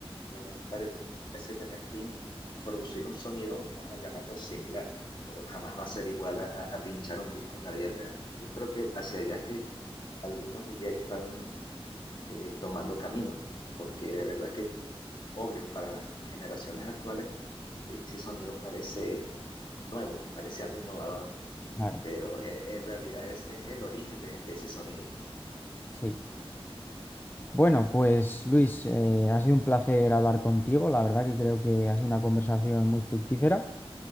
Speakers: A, on the left; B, on the left.
A: que no parece tener fin y producir un sonido, vamos a llamarlo similar, pero jamás va a ser igual a, a- a pinchar un disco en la vida real. Y yo creo que hacia allá es que algunos DJs están eh, tomando camino, porque de verdad que, obvio, para las generaciones actuales, ese sonido parece nuevo, parece algo innovador,
B: Claro,
A: pero eh, en realidad ese es el origen de de ese sonido.
B: sí. Bueno, pues Luis, eh, ha sido un placer hablar contigo. La verdad que creo que ha sido una conversación muy fructífera,